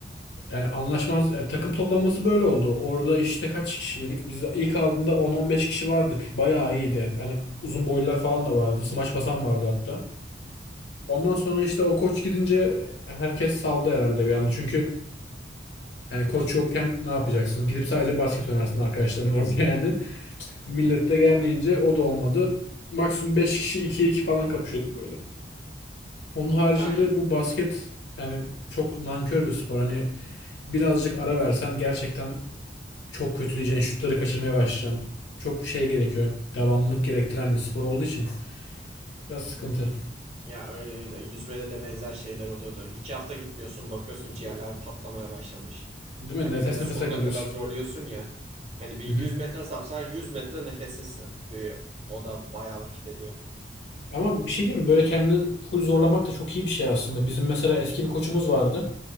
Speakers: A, on the left (about 70°); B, on the right (about 35°).
A: Yani anlaşmaz yani takım toplanması böyle oldu. Orada işte kaç kişiydik? Biz ilk aldığında 10-15 kişi vardık. Bayağı iyiydi. Yani uzun boylular falan da vardı. Smaç basan vardı hatta. Ondan sonra işte o koç gidince herkes saldı herhalde bir anda. Çünkü yani koç yokken ne yapacaksın? Gidip sadece basket oynarsın arkadaşların orada <laughs> yani. Millet de gelmeyince o da olmadı. Maksimum 5 kişi 2'ye 2 falan kapışıyorduk böyle. Onun haricinde
B: Ya
A: bu basket yani çok nankör bir spor. Hani birazcık ara versen gerçekten çok kötüleyeceksin, şutları kaçırmaya başlayacaksın. Çok şey gerekiyor. Devamlılık gerektiren bir spor olduğu için biraz sıkıntı.
B: ya öyle öyle. Yüzmede de benzer şeyler oluyordu. İki hafta gitmiyorsun, bakıyorsun ciğerler patlamaya başlamış.
A: Değil
B: Hani
A: mi? Nefes
B: bir de sonuna
A: nefese kalıyorsun.
B: kadar zorluyorsun ya. Hani bir
A: Hı
B: 100
A: hı.
B: metre sapsan 100 metre nefessizsin. Bir, o da bayağı vakit ediyor.
A: Ama bir şey diyeyim mi? Böyle kendini full zorlamak da çok iyi bir şey aslında. Bizim mesela eski bir koçumuz vardı.